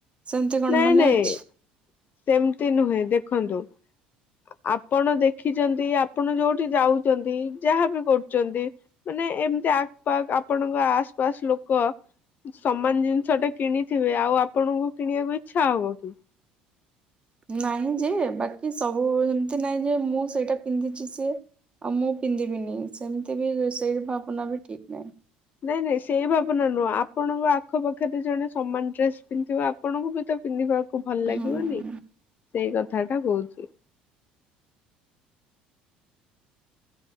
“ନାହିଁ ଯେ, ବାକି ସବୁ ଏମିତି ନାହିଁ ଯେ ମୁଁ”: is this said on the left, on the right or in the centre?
Right